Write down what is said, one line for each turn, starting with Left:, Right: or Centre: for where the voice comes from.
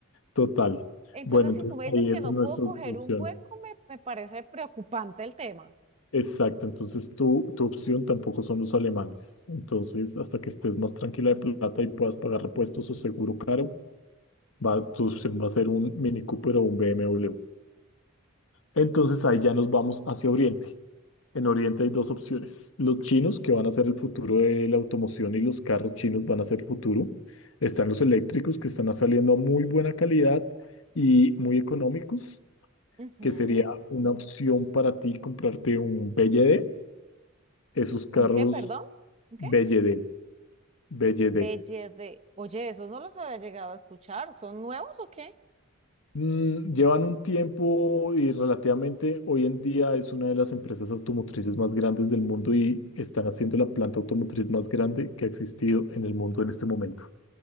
Left: total.
Right: Entonces,
Left: Bueno, entonces
Right: si tú me dices
Left: ahí
Right: que
Left: esa
Right: no
Left: no
Right: puedo
Left: es
Right: coger
Left: nuestra opción.
Right: un hueco, me, me parece preocupante el tema.
Left: Exacto, entonces tu, tu opción tampoco son los alemanes. Entonces, hasta que estés más tranquila de plata y puedas pagar repuestos o seguro caro, va, tu opción va a ser un Mini Cooper o un BMW. Entonces ahí ya nos vamos hacia Oriente. En Oriente hay dos opciones. Los chinos, que van a ser el futuro de la automoción y los carros chinos van a ser el futuro. Están los eléctricos, que están saliendo a muy buena calidad y muy económicos,
Right: Ujú.
Left: que sería una opción para ti comprarte un BYD. Esos carros
Right: ¿Un qué, perdón? ¿Un
Left: BYD,
Right: qué?
Left: BYD.
Right: Belle de. Oye, esos no los había llegado a escuchar. ¿Son nuevos o qué?
Left: Mm, llevan un tiempo y relativamente hoy en día es una de las empresas automotrices más grandes del mundo y están haciendo la planta automotriz más grande que ha existido en el mundo en este momento.